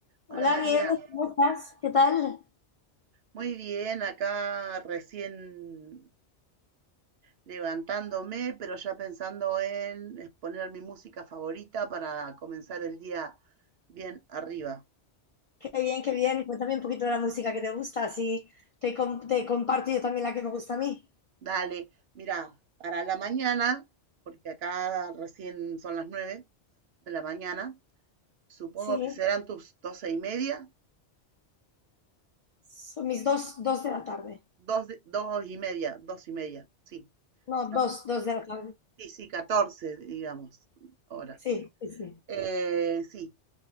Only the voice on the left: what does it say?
Hola
Nieves, ¿cómo estás? ¿Qué tal?
Qué bien, qué bien. Cuéntame un poquito de la música que te gusta, así te, com- te comparto yo también la que me gusta a mí.
Sí,
son mis dos, dos de la tarde.
No,
dos, dos de la tarde.
Sí, sí, sí.